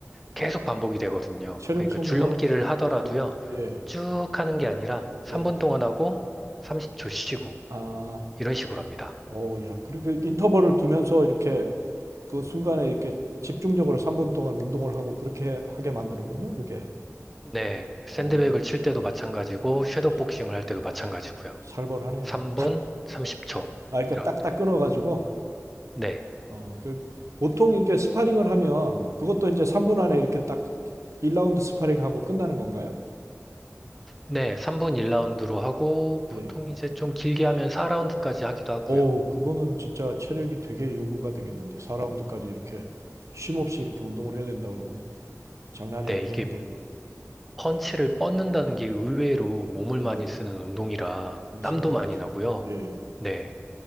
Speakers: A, in the centre; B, on the right.
A: 계속 반복이 되거든요.
B: 체력
A: 그러니까
B: 소모가
A: 줄넘기를 하더라도요.
B: 어, 예.
A: 쭉 하는 게 아니라 3분
B: 예.
A: 동안 하고 30초 쉬고
B: 아,
A: 이런 식으로 합니다.
B: 어, 야. 그렇게 인터벌을 두면서 이렇게 그 순간에 이렇게 집중적으로 3분 동안 운동을 하고 그렇게 하게 만드는군요, 그게.
A: 네. 샌드백을
B: 어,
A: 칠 때도 마찬가지고
B: 아주
A: 섀도우 복싱을 할 때도 마찬가지고요.
B: 살벌하네요.
A: 3분 30초.
B: 아, 이렇게
A: 이런.
B: 딱딱 끊어 가지고
A: 네.
B: 어, 그 보통 이렇게 스파링을 하면 그것도 이제 3분 안에 이렇게 딱 1라운드 스파링하고 끝나는 건가요?
A: 네, 3분 1라운드로 하고, 보통
B: 예.
A: 이제 좀 길게 하면 4라운드까지 하기도 하고요.
B: 어우, 그거는 진짜 체력이 되게 요구가 되겠는데. 4라운드까지 이렇게 쉼 없이 이렇게 운동을 해야 된다 그러면 장난이
A: 네,
B: 아니겠는데요,
A: 이게
B: 그거.
A: 펀치를 뻗는다는 게 의외로 몸을
B: 예.
A: 많이 쓰는 운동이라
B: 맞습니다,
A: 땀도 많이
B: 맞습니다.
A: 나고요.
B: 예.
A: 네.